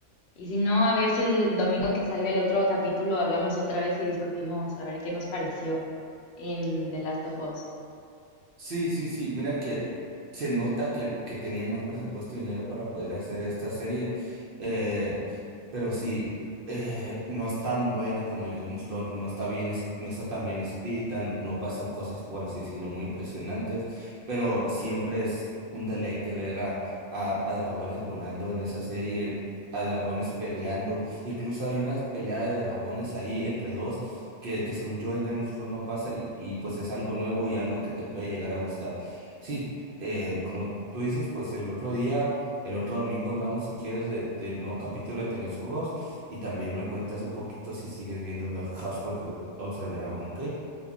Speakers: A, on the left (about 65°); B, on the right (about 60°).
A: Y si no, a ver si el domingo que salga el otro capítulo hablamos otra vez y discutimos a ver qué nos pareció en The Last of Us.
B: Sí, sí, sí, mira que se nota que, que tenían más presupuesto y dinero para poder hacer esta serie, eh, pero sí, eh, no es tan buena como el Game of Thrones, no está bien, es- no está tan bien escrita, no, no pasan cosas, por así decirlo, muy impresionantes, pero siempre es un deleite ver a, a, a dragones volando en esa serie, a dragones peleando, incluso hay una pelea de dragones ahí entre dos que, que según yo en Game of Thrones no pasa y, y pues es algo nuevo y algo que te puede llegar a gustar. Sí, eh, como tú dices, pues el otro día, el otro domingo hablamos si quieres de- del nuevo capítulo de The Last of Us y también me cuentas un poquito si sigues viendo The House of the, of the Dragon, ¿ok?